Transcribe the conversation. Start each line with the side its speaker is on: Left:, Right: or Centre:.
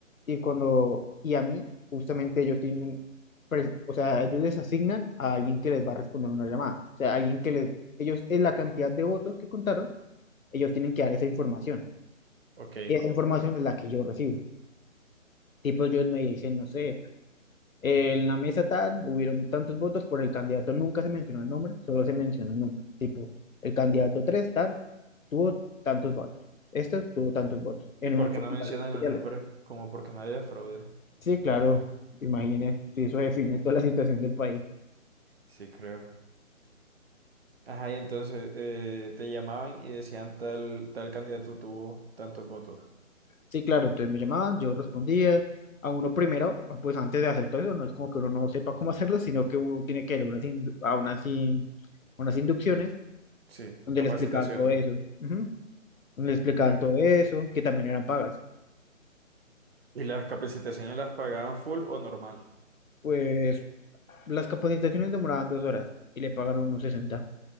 Left: y cuando, y a mí, justamente ellos tienen, pre- o sea, ellos les asignan a alguien que les va a responder una llamada. O sea, alguien que les, ellos, en la cantidad de votos que contaron, ellos tienen que dar esa información.
Right: ok.
Left: Y esa información es la que yo recibo. Tipo, ellos me dicen, no sé, "Eh, en la mesa tal, hubieron tantos votos por el candidato, nunca se menciona el nombre, solo se menciona el nombre. Tipo, el candidato 3 tan, tuvo tantos votos. Este tuvo tantos votos en
Right: ¿Y por
Left: unos
Right: qué
Left: formularios
Right: no mencionan
Left: especiales.
Right: el nombre? Como porque no haya fraude.
Left: Sí, claro, imagínese, sí, eso define toda la situación del país.
Right: Sí, creo. Ajá, y entonces eh, te llamaban y decían tal, tal candidato tuvo tantos votos.
Left: Sí, claro, entonces me llamaban, yo respondía. A uno primero, pues antes de hacer todo eso, no es como que uno no sepa cómo <laughs> hacerlo, sino que uno tiene que ir a unas, indu- a unas, in- a unas inducciones
Right: Sí,
Left: donde
Right: capacitaciones.
Left: le explicaban todo eso, ujú, Donde le explicaban
Right: Okay.
Left: todo eso, que también eran pagas.
Right: ¿Y las capacitaciones las pagaban full o normal?
Left: Pues las capacitaciones demoraban dos horas y le pagaron unos 60.